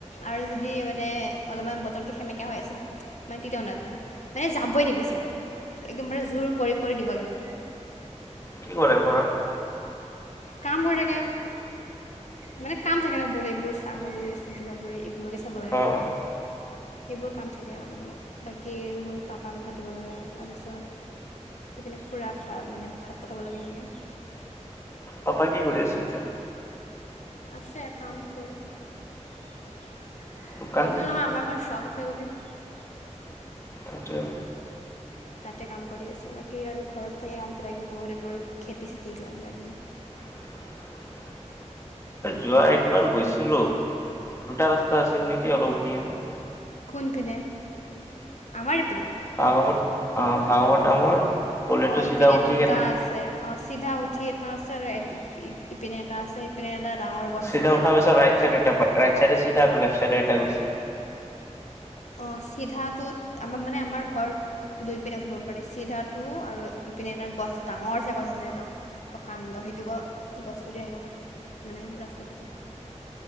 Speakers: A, on the left (about 70°); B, on the left (about 25°).
A: আৰু যদি মানে অলপমান বতৰ টো সেমেকা হৈ আছে। মানে তেতিয়াও নাজায় মানে যাবই নিবিচাৰে একদম বাৰে জোৰ কৰি কৰি নিব লাগে।
B: কি কৰে ঘৰত।
A: কাম কৰি থাকে। মানে কাম থাকে ন বহুত এইবোৰ ছাগলী আছে কিব বো এইবোৰকে চাব লাগে।
B: অঁ
A: <unintelligible> সেইবোৰ কাম থাকে আৰু বাকী মোৰ পাপাক ভাত দিব লাগে তাৰপিছত সেইপিনে খুৰা মানে ভাত পঠাব লাগে এনেকৈ
B: পাপা কি কৰি আছে এতিয়া?
A: আছে কাম কৰি কৈছিলো
B: দোকান নেকি
A: নহয় আমাৰ এখন চব আছে। দি <unintelligible>
B: সেইটোৱে।
A: তাতে কাম কৰি আছে বাকী আৰু ঘৰত থাকে কাম কিবা কিবি বহুত এইবোৰ খেতি চেতি কিবি
B: ? <unintelligible> যোৱা একবাৰ গৈছিলো দুটা ৰাস্তা আছিল নেকি অলপ উঠি সেনে
A: কোনপিনে আমাৰ ইপিনে।
B: <unintelligible> ত দামৰ গলিটো
A: অ',
B: চিধা
A: ইপিনে
B: উঠি
A: দুটা
B: কেনে
A: আছে অ'। চিধা উঠি এটা আছে আৰু ইপিনে এটা আছে সিপিনে এটা ডাঙৰ গছ
B: চিধা
A: আছে যে
B: উঠা পিছত ৰাইট চাইড এটা পায় ৰাইট চাইডে চিধা আৰু লেফ্ট চাইডে এটা গৈছে।
A: অ', চিধাটোত আমাৰ মানে আমাৰ ঘৰত দুই পিনে উঠিব পাৰে চিধাটো আৰু পিনে তাত গছ ডাঙৰ চ গছ আছে প্ৰকাণ্ড সেইটো গ গছটো দি আহিব পাৰি মানে ৰাস্তাটো